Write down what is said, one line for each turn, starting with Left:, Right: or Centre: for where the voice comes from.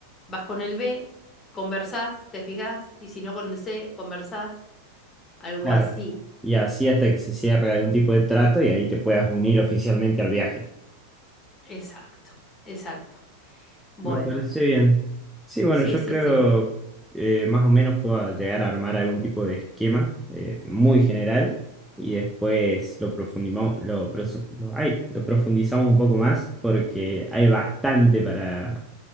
Left: vas con el B, conversás, te fijás, y si no con el C, conversás, algo
Centre: claro.
Left: así.
Centre: Y así hasta que se cierre algún tipo de trato y ahí te puedas unir oficialmente al viaje.
Left: Exacto, exacto. Bueno,
Centre: Me parece bien. Sí, bueno,
Left: Sí,
Centre: yo
Left: sí,
Centre: creo
Left: sí.
Centre: que más o menos puedo llegar a armar algún tipo de esquema eh, muy general y después lo profundimos, lo, prosu- lo- ay, lo profundizamos un poco más porque hay bastante para,